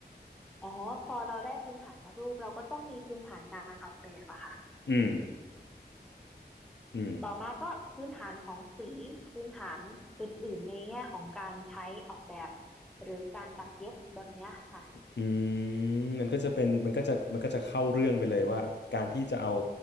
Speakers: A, in the centre; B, on the left.
A: อ๋อพอเราได้พื้นฐานวาดรูปเราก็ต้องมีพื้นฐานการออกแบบอะค่ะ
B: อืมอืม
A: ต่อมาก็พื้นฐานของสีพื้นฐานอื่นๆในแง่ของการใช้ออกแบบหรือการตัดเย็บแบบเนี้ยค่ะ
B: อืมมันก็จะเป็นมันก็จะมันก็จะเข้าเรื่องไปเลยว่าการที่จะเอา